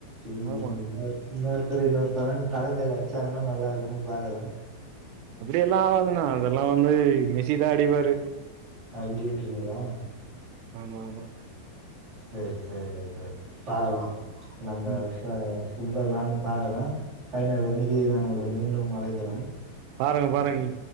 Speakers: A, on the right (about 50°); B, on the right (about 90°).
A: இன்னோர்
B: ஆமாமா.
A: இன்னோர் செரி இன்னொரு தலன் தலைமைல வச்சாங்கன்னா நல்லா இருக்குன் பாக்குற
B: அப்டி எல்லா ஆவாதுண்ணா அதல்லா வந்து மிசி தா அடிபாரு
A: அப்டின்றீங்ளா
B: ஆமா ஆமா
A: சேர் சேரி அப்ப பாக்கலா நம்ப
B: ம்.
A: விஸ்வா கரா ஃபுட்பால் நானு பாக்கற ஃபைனல் அன்னிக்கி நா ஒங்கள மீண்டு அழைக்கிற
B: பாருங்க பாருங்க